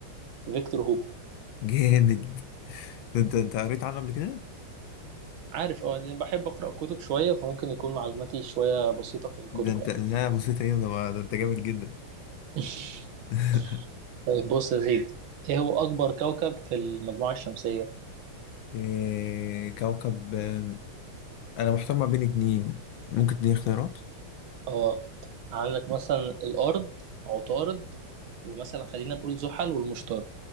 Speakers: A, on the right; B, on the left.
A: فيكتور هوجو
B: جامد ده أنت أنت قريت عنه قبل كده؟
A: عارف اه لأن بحب أقرأ كتب شوية فممكن يكون معلوماتي شوية بسيطة في الكتب
B: ده أنت
A: يعني
B: لا بصيت هنا ده, ده أنت جامد جدا
A: <laughs>
B: <laughs>
A: طيب بص يا زيد إيه هو أكبر كوكب في المجموعة الشمسية؟
B: إيه كوكب آم، أنا محتار ما بين اتنين ممكن تديني اختيارات؟
A: اه عندك مثلا الأرض عطارد ومثلا خلينا نقول زحل والمشتري